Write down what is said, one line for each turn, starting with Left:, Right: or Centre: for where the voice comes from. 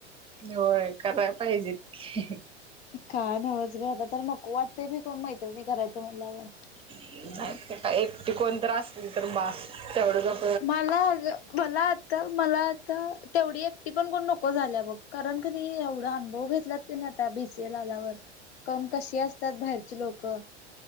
Right: होय करायला पाहिजे की
Left: का नवज बे आता तर नको वाटत बी कोण मैत्रिणी करायचं म्हणल्यावर
Right: नाही का एकटी कोणत असली तरी बास तेवढं ज
Left: मला मला आता मला तर तेवढी एकटी पण कोण नको झाल्या बघ कारण क त एवढा अनुभव घेतलात. नाही आता बीसीएला आल्यावर कारण कशी असतात बाहेरचे लोकं